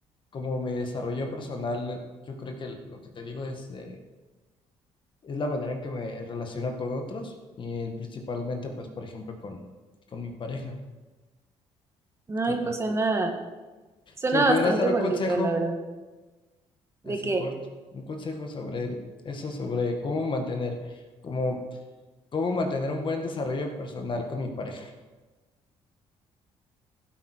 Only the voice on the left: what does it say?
como mi desarrollo personal, yo creo que lo que te digo es, eh, es la manera en que me relaciono con otros y principalmente pues por ejemplo con, con mi pareja.
¿Qué opinas?
Si me pudieras
dar
un consejo,
así
corto, un consejo sobre eso, sobre cómo mantener, cómo, cómo mantener un buen desarrollo personal con mi pareja.